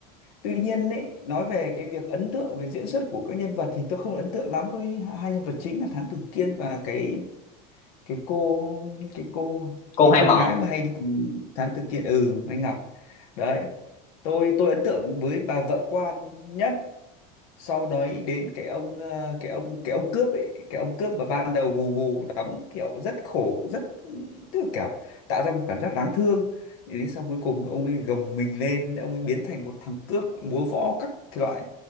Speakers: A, on the left; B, on the left.
A: tuy nhiên ấy, nói về cái việc ấn tượng về diễn xuất của các nhân vật thì tôi không ấn tượng lắm với hai hai nhân vật chính là Thám Tử Kiên và cái cái cô cái cô
B: cô
A: cái
B: Hai
A: cô
B: Mẫn
A: gái mà hay đi cùng thám tử kiện ừ Mai Ngọc đấy tôi tôi ấn tượng với bà vợ quan nhất sau đấy đến cái ông ờ, cái ông cái ông cướp ấy cái ông cướp mà ban đầu gù gù đóng kiểu rất khổ rất tức là kiểu tạo ra một cảm giác đáng thương Thì đến sau cuối cùng ông ấy gồng mình lên ông ấy biến thành một thằng cướp múa võ các loại